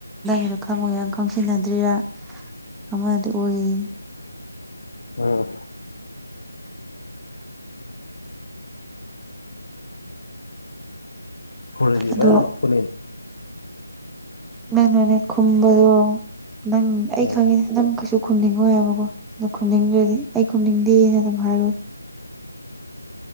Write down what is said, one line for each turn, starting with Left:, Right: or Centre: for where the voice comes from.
Centre: ꯑꯗꯨ ꯈꯪꯉꯣꯏꯒ ꯈꯪꯁꯤꯟꯅꯗ꯭ꯔꯤꯔꯥ ꯑ ꯃꯥ ꯗꯨ ꯑꯣꯏ
Left: ꯎꯝ ꯐꯨꯔꯗꯤ
Centre: ꯑꯗꯣ
Left: ꯒꯥꯖꯅꯥ ꯐꯨꯅꯤ
Centre: ꯅꯡ ꯅꯦ ꯈꯨꯝꯕꯗꯣ ꯅꯪ ꯑꯩ
Left: ꯎꯝ
Centre: ꯈꯪꯉꯦ ꯅꯪ ꯀꯩꯁꯨ ꯈꯨꯝꯅꯤꯡꯉꯣꯏ ꯍꯥꯏꯕꯀꯣ ꯑꯗꯣ ꯈꯨꯝꯅꯤꯡꯗ꯭ꯔꯗꯤ ꯑꯩ ꯈꯨꯝꯅꯤꯡꯗꯦ ꯍꯥꯌꯅꯥ ꯑꯗꯨꯝ ꯍꯨꯔꯣ ꯍꯥꯏꯔꯣ